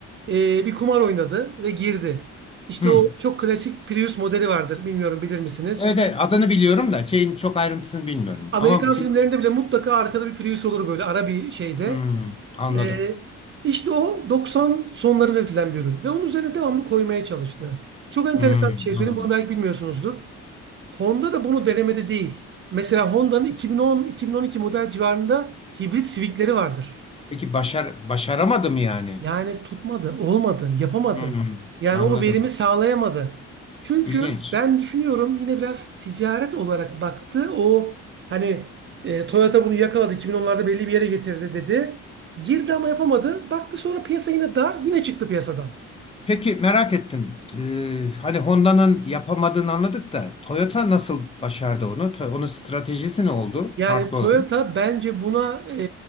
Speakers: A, on the right (about 40°); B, on the left (about 20°).
A: e, bir kumar oynadı ve girdi. İşte
B: hı.
A: o çok klasik Prius modeli vardır. Bilmiyorum bilir misiniz?
B: Evet, evet, adını biliyorum da şeyin çok ayrıntısını bilmiyorum.
A: Amerikan
B: Ama bu- şey,
A: filmlerinde bile mutlaka arkada bir Prius olur böyle ara bir şeyde.
B: hı, anladım.
A: E, işte o 90 sonlarında üretilen bir ürün. Ve onun üzerine devamlı koymaya çalıştı. Çok enteresan
B: Hı,
A: bir şey söyleyeyim.
B: anladım.
A: Bunu belki bilmiyorsunuzdur. Honda da bunu denemede değil. Mesela Honda'nın 2010-2012 model civarında hibrit Civic'leri vardır.
B: Peki başar başaramadı mı yani?
A: Yani tutmadı, olmadı, yapamadı.
B: Hı,
A: Yani
B: anladım.
A: o verimi sağlayamadı. Çünkü
B: İlginç.
A: ben düşünüyorum yine biraz ticaret olarak baktı. O hani e, Toyota bunu yakaladı 2010'larda belli bir yere getirdi dedi. Girdi ama yapamadı. Baktı sonra piyasa yine dar, yine çıktı piyasadan.
B: Peki merak ettim. Ee, hani Honda'nın yapamadığını anladık da Toyota nasıl başardı onu? To- Onun stratejisi ne oldu?
A: Yani
B: Farklı
A: Toyota
B: olarak.
A: bence buna e,